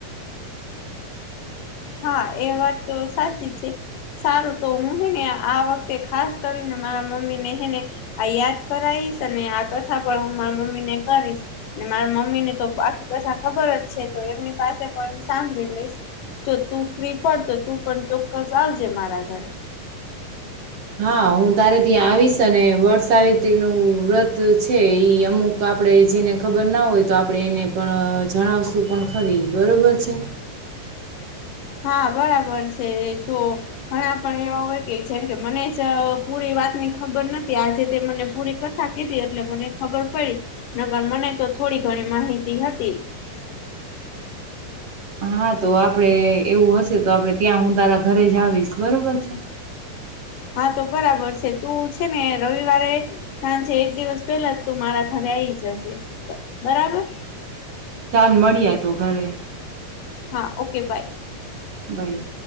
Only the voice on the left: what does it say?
હ <inaudible> હા એ વાત તો સાચ સારું તો હું હેને આ વખતે ખાસ કરીને મારા મમ્મી ને હેને યાદ કરાઈશ અને આ કથા પણ હું મારા મમ્મી ને કરીશ અને મારા મમ્મી ને તો આખી કથા ખબર જ છે તો એમની પાસે પણ સાંભળી લઈશ જો તું ફ્રી પડતો તું પણ ચોક્કસ આવજે મારા ઘરે
હા બરાબર છે જો ઘણા પણ એવા હોય કે જેમ કે મને જ પૂરે વાતની ખબર નથી આજે તે મને પૂરી કથા કીધી એટલે મને ખબર પડી નકર મને તો થોડી ઘણી માહિતી હતી
હા તો બરાબર છે તું છે ને રવિવારે સાંજે એક દિવસ પેલા જ તું મારા ઘરે આવી જજે બરાબર.
હા ઓકે બાય